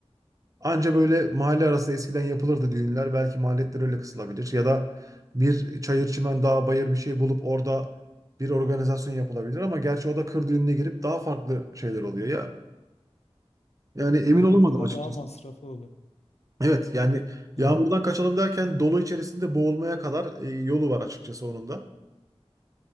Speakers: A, on the right (about 30°); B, on the left (about 75°).
A: Anca böyle mahalle arası eskiden yapılırdı düğünler. Belki maliyetler öyle kısılabilir. Ya da bir çayır çimen dağ bayır bir şey bulup orada bir organizasyon yapılabilir ama gerçi o da kır düğününe girip daha farklı şeyler oluyor ya. Yani emin
B: Evet,
A: olamadım
B: o da
A: açıkçası.
B: daha masraflı oluyor.
A: Evet yani yağmurdan
B: Evet,
A: kaçalım derken dolu içerisinde boğulmaya kadar e, yolu var açıkçası onun da.